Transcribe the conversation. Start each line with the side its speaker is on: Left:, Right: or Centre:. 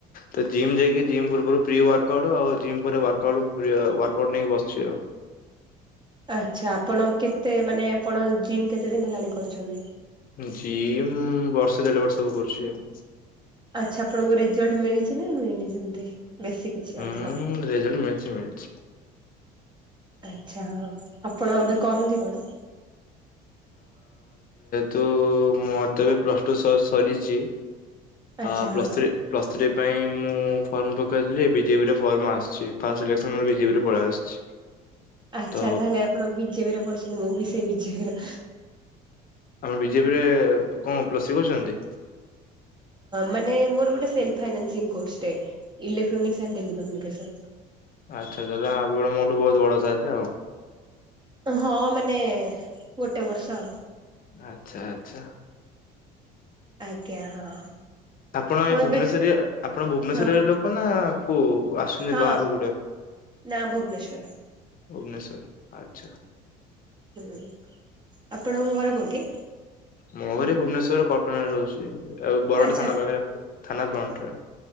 Left: ତ ଜିମ୍ ଯାଇକି ଜିମ୍ ପୂର୍ବରୁ ପ୍ରି ୱାର୍କଉଟ ଆଉ ଜମ୍ ପ ୱାର୍କାଉଟ ୱାର୍କାଉଟ ନେଇ ବସଛି ଆଉ
Right: ଆଛା ଆପଣ କେତେ ମାନେ ଆପଣ ଜିମ୍ କେତେ ଦିନ ହେଲାଣି କରୁଛନ୍ତି।
Left: ଜିମ୍ ବର୍ଷ ଦେଢ ବର୍ଷବ କରୁଛି ଆଉ
Right: ଆଛା ଆପଣଙ୍କୁ ରେଜଲ୍ଟ ମିଳିଛି ନା ମିଳିନି ସେମତି। ବେଶୀ କିଛି
Left: ହୁଁ
Right: ଅଧିକ
Left: ରେଜଲ୍ଟ ମିଳିଛି ମିଳିଛି
Right: ଆଛା ଆପଣ ଏବେ କରନ୍ତି କଣ?
Left: ତୁ ମୋତେ ଏବେ ପ୍ଲସ୍ ଟୁ ସରିଛି,
Right: ଆଚ୍ଛା
Left: ଆ ପ୍ଲସ୍
Right: ହଁ
Left: ଥ୍ରୀ ପ୍ଲସ୍ ଥ୍ରୀ ପାଇଁ ମୁଁ ଫର୍ମ ପକାଇଥିଲି ବିଜେପିରେ ଫର୍ମ ଆସିଛି, ଫାଷ୍ଟ ଇଲେକ୍ସନ ମ ବିଜେପିରେ ପଳେଇ ଆସିଛି
Right: ଆଚ୍ଛା
Left: ତ
Right: ତାହେଲେ ଆପଣ ବିଜେପିରେ ପଡିୁଛନ୍ତି ମୁଁ ବି ସେଇ ବିଜେପିରେ।
Left: ଆମେ ବିଜେପିରେ କଣ ପ୍ଲସ୍ ଥ୍ରୀ କରଛନ୍ତି?
Right: ମାନେ ମୋର ଗୋଟେ ସେଲ୍ଫ୍ ଫାଇନାନ୍ସିଂ କୋର୍ସଟେ, ଇଲେକ୍ଟ୍ରୋନିକ୍ ଆଣ୍ଡ ଟେଲିକମ୍ୟୁନିକେଶନ।
Left: ଆଚ୍ଛାବ ମୋଠୁ ବହୁତ ବଡ ସାର୍ ଆଉ।
Right: ହଁ ମାନେ ଗୋଟେ ବର୍ଷ ଆଉ।
Left: ଆଛା ଆଚ୍ଛା।
Right: ଆଜ୍ଞା ହଁ।
Left: ଆପଣ
Right: ହଁ
Left: ଏଇ ଭୁବନେଶ୍ୱରୀ
Right: ଏବେ
Left: ଆପଣ ଭୁବନେଶ୍ଵରୀ
Right: ହଁ
Left: ଲୋକ ନା କୋଉ ଆସୁଛନ୍ତି
Right: ହଁ
Left: ବାହକୁ ଗୋଟେ
Right: ନା ଭୁବନେଶ୍ଵର।
Left: ଭୁବନେଶ୍ଵର ଆଚ୍ଛା।
Right: ହୁଁ ଆପଣଙ୍କ ଘର କୋଉଠି?
Left: ମୋ ଘରେ ଭୁବନେଶ୍ୱର କଳ୍ପନାରେ ରହୁଛି। ଆଉ ବରଟ
Right: ଆଚ୍ଛା
Left: ଥାନା ପାଖରେ ଥାନା ଫ୍ରଣ୍ଟରେ।